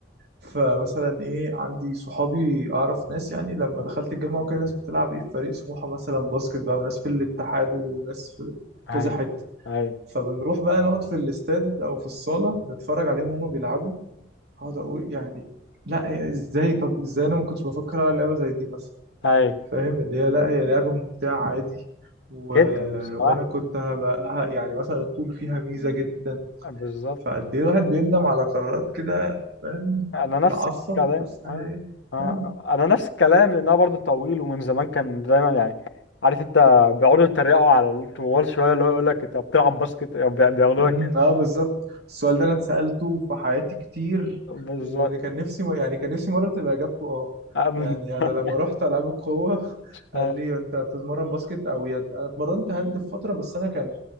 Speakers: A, on the right (about 60°); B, on the left (about 75°).
A: فمثلا ايه عندي صحابي اعرف ناس يعني لما دخلت الجامعه وكده ناس بتلعب ايه في فريق سموحه مثلا باسكت بقى وناس في الاتحاد وناس في
B: ايوه
A: كذا حته
B: ايوه
A: فبنروح بقى نقعد في الاستاد او في الصاله نتفرج عليهم وهما بيلعبوا اقعد اقول يعني لا يعني ازاي طب ازاي انا ما كنتش بفكر على لعبه زي دي مثلا
B: ايوه
A: فاهم اللي هي لا هي لعبة ممتعة عادي و...
B: جدا الصراحة
A: وانا كنت هبقى ه- يعني مثلا الطول فيها ميزة جدا
B: بالظبط
A: فقد ايه الواحد بيندم على قرارات كده فاهم
B: انا نفس
A: تعصب
B: الكلام
A: بس
B: آه.
A: هي
B: آه.
A: يعني
B: آه، انا نفس الكلام لان هو برضه طويل ومن زمان كان دايما يعني عارف انت بيقعدوا يتريقوا على الطوال شويه اللي هو يقول لك انت بتلعب باسكت يعني بي- بياخدوها
A: امم
B: كده
A: اه بالظبط السؤال ده انا اتسألته في حياتي كتير
B: بالظبط
A: وكان نفسي م... يعني كان نفسي مرة تبقى اجابته اه
B: آه.
A: يعني
B: <laughs>
A: انا لما رحت العاب القوة <laughs>
B: آه.
A: قال لي انت بتتمرن باسكت او يد انا اتمرنت هاند في فترة بس انا كان